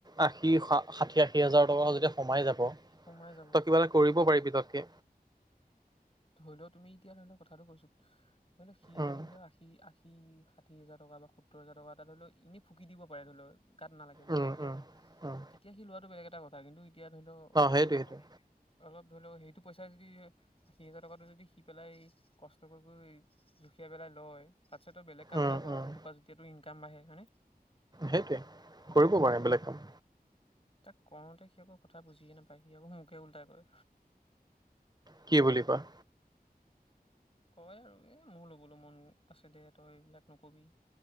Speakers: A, on the right; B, on the left.
A: আশী ষাঠি, আশী হাজাৰ টকা যতিদি সোমাই যাব।
B: সোমাই যাব,
A: তই কিবা এটা কৰিব পাৰিবি তাতকে।
B: ধৰি লও তুমি এতিয়া ধৰি লওক। কথাটো কৈছো ধৰি লও সি
A: উম,
B: যদি ধৰি লওক আশী, আশী। ষাঠি হাজাৰ কা বা সত্ত হাজাৰটকা ত ধ লও এনে ফুক দিব পাৰে ধ লক গাত ন তেতিয়া
A: উম, উম, উম,
B: তেতিয়া সি লোৱাতটো বেলেগ এটা কথা কিন্তু এতিয়া ধৰি লও
A: সেইটোৱে সেইটোৱে
B: অ, অলপ। ধৰি লওক সেইটো পইচা যদি সি হজাৰ টকাটো যদি সি পেলাই কষ্ট কৰি কৰি জুখিয়াই পেলাই। লয় তাত বেলেগ কাম
A: উম,
B: এটা কৰ
A: উম,
B: সেইটোপ যেতিয়াটো ইনকাম বাঢ়ে হয় নে।
A: সেইটোৱে কৰিব পাৰে বেলেগ কাম।
B: তাক কওঁতে সি আকো কথা বুজিয়ে নাপায়, সি আকৌ মোকে লটাই কয়।
A: কি বুলি কয়
B: কয় আৰু এ, মোৰ লগ'বলৈ মন আছে দে তই এইবিলাক নকবি।